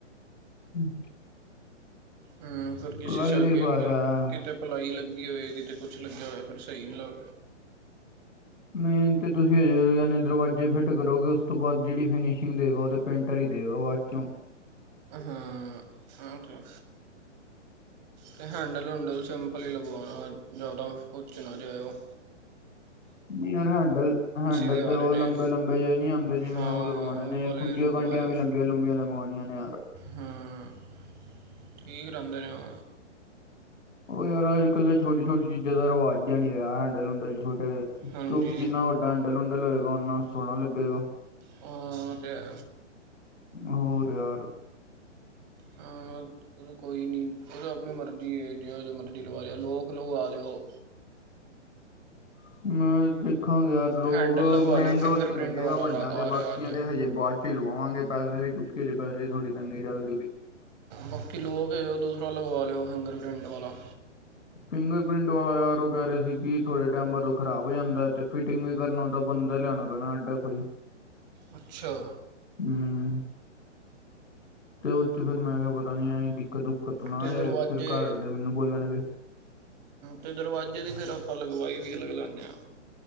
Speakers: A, on the left; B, on the right.
A: ਹੁਂ।
B: ਹੂੰ ਫੇਰ
A: ਭਲਾਈ
B: ਕਿਸੀ ਸਰਕੇਕ
A: ਦਾ ਹੀ ਫਾਇਦਾ ਹੈ।
B: ਕਿਤੇ ਪਲਾਈ ਲੱਗ ਲੱਗੀ ਹੋਵੇ ਕਿਤੇ ਕੁਛ ਲੱਗਿਆ ਹੋਏ ਫਿਰ ਸਹੀ ਲਾ
A: ਮੇਨ ਤੇ ਤੁਸੀ ਹਜੇ ਯਾਨੀ ਦਰਵਾਜ਼ੇ ਫਿਟ ਕਰੋਗੇ ਉਸ ਤੋਂ ਬਾਅਦ ਜਿਹੜੀ ਫਿਨਸ਼ਿੰਗ ਦੇਗਾ ਓ ਤੇ ਪੇਂਟਰ ਹੀ ਦੇ <inaudible>
B: ਹੁਂ ਓਤੇ। ਤੇ ਹੈਂਡਲ ਹੂੰਂਡਲ ਸਿੰਪਲ ਹੀ ਲਗਵਾਣਾ ਜਾਦਾ ਉੱਚ ਨਾ ਜਾਏਓ।
A: ਨੀ ਯਾਰ ਹੈਂਡਲ ਹੈਂਡਲ
B: ਵੀ ਆ
A: ਤੇ
B: ਰਹੇ
A: ਓਹ
B: ਨੇ
A: ਲੰਬੇ ਲੰਬੇ ਜੇ ਨੀ ਆਂਦੇ ਜਿਵੇਂ
B: ਹਾਂ
A: ਔ ਲਗਵਾਣੇ
B: ਉਹ
A: ਨੇ
B: ਵਾਲੇ
A: ਏਕ ਗੁੰਡੀਆਂ
B: ਲਗਵਾਇਓ
A: ਗਾਢੀਆਂ ਵੀ ਲੰਬੀਆਂ ਲੰਬੀਆਂ ਲਗਵਾਣੀਆਂ ਨੇ ਯਾਰ।
B: ਹਾਂ ਠੀਕ ਰਹਿੰਦੇ ਨੇ ਓ।
A: ਓ ਯਾਰ ਅੱਜ ਕੱਲ ਤਾਂ ਛੋਟੀ ਛੋਟੀ ਚੀਜ਼ਾਂ ਦਾ ਰਿਵਾਜ ਜੇਹਾ ਨੀ ਰਿਹਾ ਹੈਂਡਲ ਹੂਨਡਲ ਟੇ
B: ਹਾਂਜੀ
A: ਕਿਉਂਕਿ ਜਿੰਨਾ ਵੱਡਾ ਹੈਂਡਲ ਹੁਨਡਲ ਹੋਏਗਾ ਓਨਾ ਸੋਹਣਾ ਲੱਗੇਗਾ।
B: ਹਾਂ ਤੇ ਹੈ।
A: ਹੋਰ ਯਾਰ।
B: ਆਂ ਓਹ ਕੋਈ ਨੀ ਓਹ ਤਾਂ ਆਪਣੀ ਮਰਜ਼ੀ ਏ ਜੇਹੋ ਜੇ ਮਰਜ਼ੀ ਲਵਾ ਲਿਓ ਲੋਕ ਲਵਾਂ ਲੇਓ।
A: <inaudible> ਮੈਂ ਦੇਖਾਂਗੇ ਯਾਰ ਲੋਕ
B: ਹੈਂਡਲ ਲਗਵਾ
A: ਮੇਨਡੋਰ
B: ਲਿਓ ਫਿੰਗਰਪ੍ਰਿੰਟ
A: ਤੇ ਲੱਗੇਗਾ
B: ਵਾਲਾ
A: ਵੱਡਾ
B: ਲ-
A: ਤੇ
B: ਆ ਰਿਹਾ
A: ਬਾਕੀਆਂ
B: ਅੱਜ
A: ਤੇ ਹਜੇ ਬਾ ਚ ਲਵਾਵਾਂਗੇ ਪੈਸੇ ਕਿਉਕਿ ਹਜੇ ਪੈਸੇ ਥੋੜੀ ਤੰਗੀ ਚਲ
B: ਬਾਕੀ ਲੋਕ ਓ ਦੂਸਰਾ ਲਗਵਾ ਲੇਓ ਫਿੰਗਰ ਪ੍ਰਿੰਟ ਵਾਲਾ।
A: ਫਿੰਗਰ ਪ੍ਰਿੰਟ ਵਾਲਾ ਯਾਰ ਓ ਕਹਿ ਰਹੇ ਸੀ ਕਿ ਥੋੜੇ ਟੈਮ ਬਾਦ ਓਹ ਖਰਾਬ ਜਾਂਦਾ ਐ ਤੇ ਫਿਟਿੰਗ ਵੀ ਕਰਨ ਔਦਾ ਬੰਦਾ ਲਿਆ ਖਣਾ ਪੈਣਾ ਅਡਾ ਕੋਈ।
B: ਅੱਛਾ।
A: ਹੂੰ ਤੇ ਓ ਚ ਫੇਰ ਮੈਂ ਕਿਹਾ ਪਤਾ ਨੀ ਐਂ ਕੀ ਕਤ ਦੁਕਤ ਨਾ
B: ਤੇ
A: ਆਏ
B: ਦਰਵਾਜ਼ੇ
A: ਫਿਰ ਘਰ ਦੇ ਮੈਨੂੰ ਬੋਲਣਗੇ।
B: ਤੇ ਦਰਵਾਜ਼ੇ ਦੀ ਫਿਰ ਆਪਾਂ ਲਗਵਾਈ ਵੀ ਅਲੱਗ ਲਾਨੇ ਆਂ।